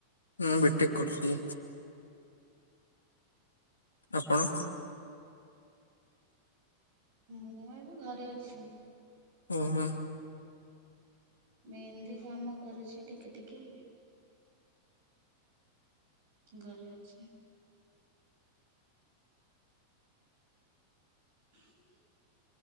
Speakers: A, on the left; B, on the right.
A: ମୁଁ ବିଟେକ୍ କରୁଛି। ଆପଣ?
B: ମୁଁ ଏବେ ଘରେ ଅଛି।
A: ଉଁ ହୁଁ।
B: ମେହେନ୍ଦି କାମ କରୁଛି ଟିକେ ଟିକେ। ଘରେ ଅଛି। <unintelligible>